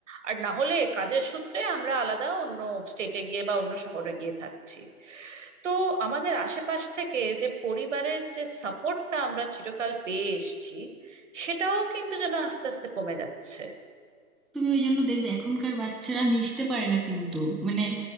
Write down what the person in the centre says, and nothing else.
তুমি ওই জন্য দেখবে এখনকার বাচ্চারা মিশতে পারে না কিন্তু মানে